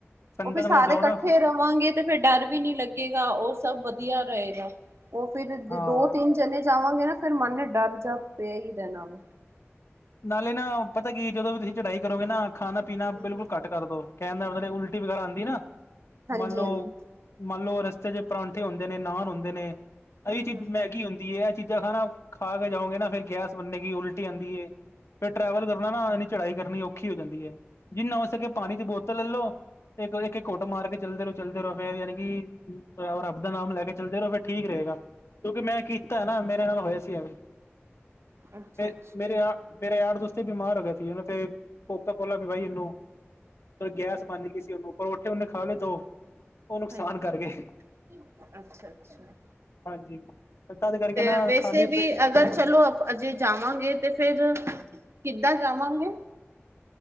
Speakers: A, on the left (about 70°); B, on the right (about 70°).
A: ਸੰਗਤ
B: ਉਹ ਫਿਰ ਸਾਰੇ
A: ਨਾਲ ਜਾਓ
B: ਇਕੱਠੇ
A: ਨਾ
B: ਰਵਾਂਗੇ ਤੇ ਫਿਰ ਡਰ ਵੀ ਨੀ ਲੱਗੇਗਾ, ਉਹ ਸਭ ਵਧੀਆ ਰਹੇਗਾ, ਉਹ ਫਿਰ ਜੇ
A: ਹਾਂ
B: ਦੋ ਤਿੰਨ ਜਣੇ ਜਾਵਾਂਗੇ ਨਾ, ਫਿਰ ਮਨ ਵਿਚ ਡਰ ਜਾ ਪਿਆ ਹੀ ਰਹਿਣਾ ਵੇ।
A: ਨਾਲੇ ਨਾ ਪਤਾ ਕੀ ਜਦੋਂ ਵੀ ਤੁਸੀਂ ਚੜਾਈ ਕਰੋਗੇ ਨਾ, ਖਾਣਾ- ਪੀਣਾ
B: ਹੂੰ
A: ਬਿਲਕੁਲ
B: ਹੂੰ,
A: ਘੱਟ ਕਰ ਦੋ। ਕਹਿਣ ਦਾ ਮਤਲਬ ਵੇ, ਉਲਟੀ ਵਗੈਰਾ ਆਂਦੀ ਨਾ,
B: ਹਾਂਜੀ
A: ਮੰਨ ਲੋ
B: ਹਾਂਜੀ
A: ਮੰਨ ਲੋ ਰਸਤੇ ਚ ਪਰਾਂਠੇ ਹੁੰਦੇ ਨੇ, ਨਾਨ ਹੁੰਦੇ ਨੇ,
B: ਹਮ
A: ਇਹੀ ਚੀਜ਼
B: ਹਮ
A: ਮੈਗੀ ਹੁੰਦੀ ਐ, ਇਹ ਚੀਜ਼ਾਂ ਖਾਣਾ ਖਾ ਕੇ ਜਾਓਗੇ ਨਾ, ਫਿਰ ਗੈਸ ਬਣੇਗੀ, ਉਲਟੀ ਆਂਦੀ ਐ। ਫਿਰ ਟਰੈਵਲ ਕਰਨਾ ਨਾ, ਏਨੀ ਚੜਾਈ ਕਰਨੀ ਔਖੀ ਹੋ ਜਾਂਦੀ ਐ, ਜਿੰਨਾ ਹੋ ਸਕੇ ਪਾਣੀ ਦੀ ਬੋਤਲ ਲੈ ਲੋ। ਇੱਕ- ਇੱਕ- ਇੱਕ ਘੁੱਟ ਮਾਰ ਕੇ ਚੱਲਦੇ ਰਹੋ, ਚੱਲਦੇ ਰਹੋ ਫੇਰ ਯਾਨੀ ਕਿ ਰੱਬ ਦਾ ਨਾਮ ਲੈ ਕੇ ਚੱਲਦੇ ਰਹੋ, ਫਿਰ ਠੀਕ ਰਹੇਗਾ। ਕਿਉਂਕਿ ਮੈਂ ਕੀਤਾ ਨਾ, ਮੇਰੇ ਨਾਲ ਹੋਇਆ ਸੀ ਐਵੇਂ,
B: ਅੱਛਾ
A: ਮੇ
B: ਅੱਛਾ
A: ਮੇਰੇ ਆ ਮੇਰਾ ਯਾਰ ਦੋਸਤ ਹੀ ਬਿਮਾਰ ਹੋ ਗਿਆ ਸੀ, ਉਹਨੇ ਫੇਰ ਕੋਕਾ ਕੋਲਾ ਦਿਵਾਈ ਉਹਨੂੰ। ਗੈਸ ਬਣਗੀ ਸੀ ਉਹਨੂੰ, ਪਰੋਂਠੇ ਉਹਨੇ ਖਾ ਲੇ ਦੋ। ਉਹ ਨੁਕਸਾਨ
B: ਹਾਂਜੀ,
A: ਕਰ ਗਏ
B: ਅੱਛਾ। ਅੱਛਾ-ਅੱਛਾ,
A: ਹਾਂਜੀ ਤਦ ਕਰਕੇ
B: ਤੇ
A: ਨਾ
B: ਵੈਸੇ
A: ਖਾਲੀ
B: ਵੀ
A: ਪੇਟ
B: ਅਗਰ ਚਲੋ ਆਪਾਂ ਜੇ ਜਾਵਾਂਗੇ, ਤੇ ਫੇਰ ਕਿੱਦਾਂ ਜਾਵਾਂਗੇ।